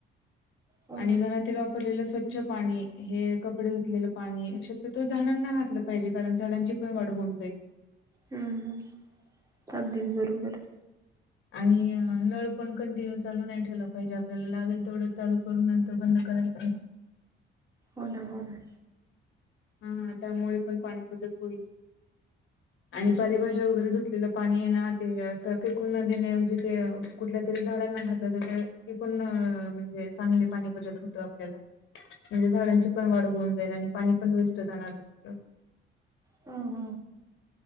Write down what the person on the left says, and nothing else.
आणि घरातील वापरलेल्या स्वच्छ पाणी हे कपडे ुतलेलं पाणी अ शक्यतो झाडांना घातलं पाहिजे कारण झाडांची पण वाढ होऊन जाईल
आणि नळ पण कंटिन्यू चालू नाही ठेवला पाहिजे आपल्याला लागेल तेथवडं चालू करून नंत बंद कराय
हाा त्यामुळे पण पाणी बचत होईल आणि
कालेभाज्या वगैरे धुतलेलं पाणी आहे ना ते असं फेकून न देण्याऐवजी ते कुठल्या तरी झाडांना घातलं तर ती पण म्हणजे चांगले पाणी बजत होतं आपल्याला म्हणजे झाडांची पण वाढ होऊन जाईल आणि पाणी पण वेस्ट जाणार नाही आप